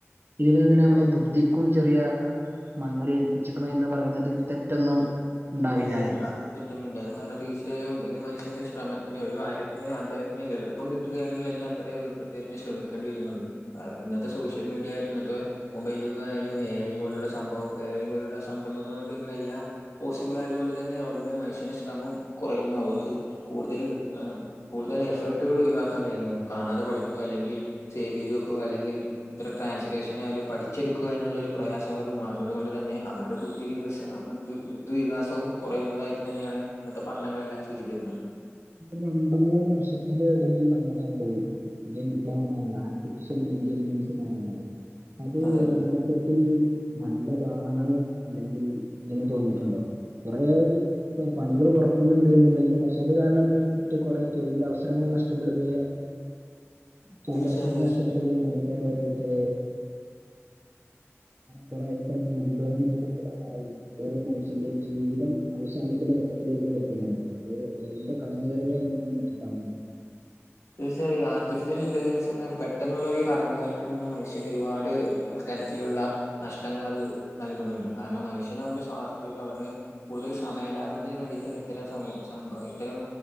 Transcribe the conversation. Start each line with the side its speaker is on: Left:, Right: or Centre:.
Right: ഇതിൽ നിന്നന്നെ നമ്മള് ബുദ്ധിക്കും ചെറിയ മങ്ങലേൽപ്പിച്ചിക്കണ് എന്ന് പറയുന്നതിൽ തെറ്റൊന്നും ഉണ്ടാവില്ലാല്ലേ?
Left: ഇല്ലില്ല അത് കിട്ടുന്നില്ല അത് കാരണം തീർച്ചയായും ഇത് മനുഷ്യൻ്റെ ശ്രമത്തിന് ഒരു കാര്യത്തിന് അദ്ദേഹത്തിന് എളുപ്പ പ്പം കിട്ടുകയാണെങ്കിൽ അതിനത്രേ അദ്ദേഹത്തിന് ശ്രമിക്കേണ്ടി വരുന്നുള്ളൂ ഇന്നത്തെ സോഷ്യൽ മീഡിയായിൽ ഇന്നത്തെ മൊബൈലുക ആയാലും എ ഐ പോലുള്ള സംഭവം എ ഐ പോലുള്ള സംരംഭങ്ങള്കൊണ്ട് ഇന്നെല്ലാം പോസിബിൾ ആയതു കൊണ്ട് തന്നെ അവരുടെ മനുഷ്യന് ശ്രമം കുറയുന്നു അവർക്ക് കൂടുതൽ ഏഹ് കൂടുതൽ എഫേർട്ടുകൾ ഒഴിവാക്കാൻ കഴിയുന്നു കാണാതെ പഠിക്കുക അല്ലെങ്കിൽ സേവ് ചെയ്ത് വെക്കുക അല്ലെങ്കിൽ ഇത്തരം ട്രാൻസ്ലേഷൻ ആയാലും പഠിച്ചെടുക്കുക എന്നുള്ളൊരു പ്രയാസം അവർ മാറുന്നത് കൊണ്ട് തന്നെ അവരുടെ ബുദ്ധി വികസനക്ക് ബുദ്ധിവികാസവും കുറയുന്നതായിട്ട് തന്നെയാണ് ഇന്നത്തെ പഠനങ്ങളെല്ലാം സൂചിപ്പിക്കുന്നത്
Right: രണ്ട് മൂന്ന് വർഷത്തിന്റെ ഇടയിൽ നമ്മുടെ <unintelligible> <unintelligible> ആർട്ടിഫിഷ്യൽ ഇന്റലിജൻസ് എന്ന് പറയുന്നത് അത്
Left: അതെ
Right: യഥാർത്ഥത്തിൽ
Left: അതെ
Right: നല്ലതാണ് അല്ലെങ്കിൽ എന്ന് തോന്നിയിട്ടുണ്ടോ കുറെ പണികൾ കുറക്കുന്നുണ്ട് എന്നുണ്ടെങ്കിലും പക്ഷെ അത് കാരണമായി ട്ട് കുറെ തൊഴിലവസരങ്ങൾ നഷ്ടപ്പെടുകയ തൊഴിലവസരങ്ങൾ
Left: തീർച്ചയായും തീർച്ചയായും
Right: നഷ്ടപ്പെടുകയും അതുപോലെ ഓരോര്ത്തര് കൊറെയൊക്ക ദുരിതവും <unintelligible> ഓരോ മനുഷ്യന്റെ ജീവിതം അവസാനിക്കുന്ന ഘട്ടത്തിലേക്ക് വരെ എത്തുന്നുണ്ട് അപ്പോ ഇതിന്റെ കടന്നുവരവ് <unintelligible>
Left: തീർച്ചയായും ആർട്ടിഫിഷ്യൽ ഇന്റലിജൻസ്ന്ന് പെട്ടെന്നുള്ള ഒരു ഈ കടന്ന്കയറ്റം ന്ന് പറഞ്ഞാൽ മനുഷ്യനൊരുപാട് തരത്തിലുള്ള നഷ്ടങ്ങളത് നൽകുന്നുണ്ട് കാരണം മനുഷ്യനവൻ്റെ സ്വാർത്ഥതക്ക് അവരുടെ കൂടുതല് സമയ ലാഭത്തിന് വേണ്ടിയിട്ടാണ് ഇത്തരം സം സംഭ ഇത്തരം